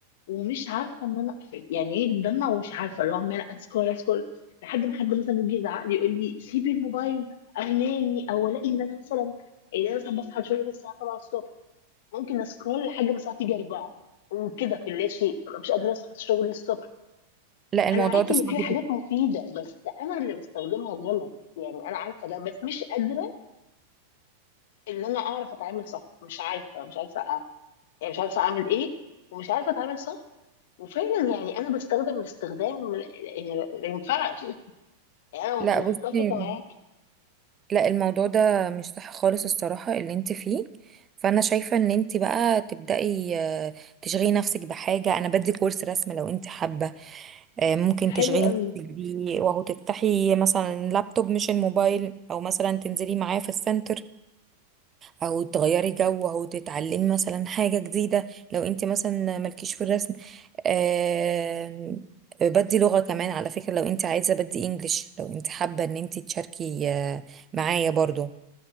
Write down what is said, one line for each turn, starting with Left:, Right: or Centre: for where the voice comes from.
Left: ومش عارفه ان انا اقفل يعني ايه بتدمع ومش عارفه اللي هو عماله اسكرول اسكرول لحد ما حد مثلا يجي يزعق لي يقول لي سيبي الموبايل او نامي او الاقي ان انا مثلا ان انا مثلا بصحى شويه الساعه 7 الصبح ممكن اسكرول لحد ما الساعه تيجي 4 وكده في لا شيء ببقى مش قادره اصحى الشغل الصبح
Right: لا الموضوع
Left: انا معاكي
Right: ده
Left: ان
Right: صعب
Left: في
Right: جدا
Left: حاجات مفيده بس انا اللي بستخدمها غلط يعني انا عارفه ده بس مش قادره ان انا اعرف اتعامل صح مش عارفه مش عارفه يعني مش عارفه اعمل ايه ومش عارفه اتعامل صح وفعلا يعني انا بستخدم باستخدام يعني ما ينفعش يعني انا
Right: لا
Left: انا
Right: بصي
Left: متفقه معاك
Right: لا الموضوع ده مش صح خالص الصراحة اللي انت فيه فانا شايفة ان انت بقى تبدأي آه، تشغلي نفسك بحاجة انا بدي كورس رسم لو انت حابة آه، ممكن تشغلي
Left: حلو قوي
Right: نفسك بيه وهو تفتحي مثلا لابتوب مش الموبايل او مثلا تنزلي معاه في السنتر او تغيري جو او تتعلمي مثلا حاجة جديدة لو انت مثلا مالكيش في الرسم آم، بدي لغة كمان على فكرة لو انت عايزة بدي انجليش لو انت حابة ان انت تشاركي آه، معايا برضو